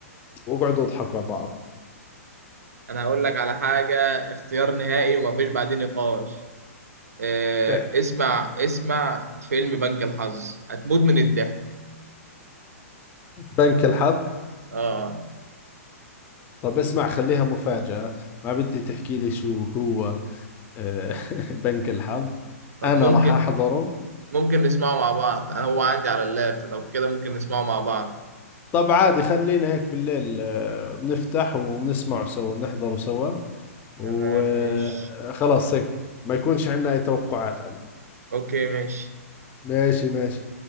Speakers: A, on the left; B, on the right.
A: واقعدوا اضحكوا على بعض
B: انا هقول لك على حاجه اختيار نهائي ومفيش بعدين نقاش آه،
A: احكي
B: اسمع اسمع فيلم بنك الحظ هتموت من الضحك
A: بنك الحظ
B: اه
A: طب اسمع خليها مفاجأة ما بدي تحكي لي شو هو آه، <laughs> بنك الحظ
B: طب
A: انا
B: ممكن
A: راح احضره
B: ممكن نسمعه مع بعض انا هو عندي على اللاب لو كده ممكن نسمعه مع بعض
A: طب عادي خلينا هيك بالليل آه، بنفتح وبنسمعه سوا بنحضره سوا وخلاص
B: تمام ماشي
A: هيك ما يكونش عندنا اي توقعات عنه
B: اوكي ماشي
A: ماشي ماشي